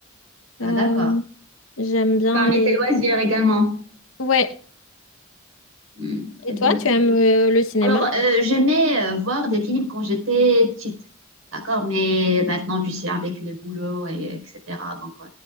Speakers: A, on the left (about 70°); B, on the right (about 70°).
A: Euh,
B: Ah d'accord.
A: j'aime bien
B: Parmi
A: les...
B: tes loisirs également.
A: Ouais.
B: Hmm, très
A: Et
B: bien.
A: toi, tu aimes euh, le cinéma?
B: Alors, euh, j'aimais euh, voir des films quand j'étais petite, d'accord? Mais maintenant, tu sais, avec le boulot, et, etc. Donc, euh,